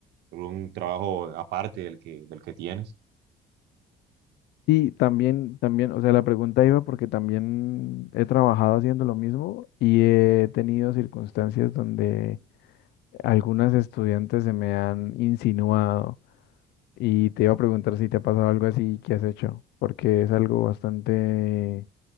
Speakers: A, on the right; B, on the left.
A: algún trabajo aparte del que, del que tienes?
B: Y también, también, o sea, la pregunta iba porque también he trabajado haciendo lo mismo y he tenido circunstancias donde algunas estudiantes se me han insinuado y te iba a preguntar si te ha pasado algo así y qué has hecho, porque es algo bastante,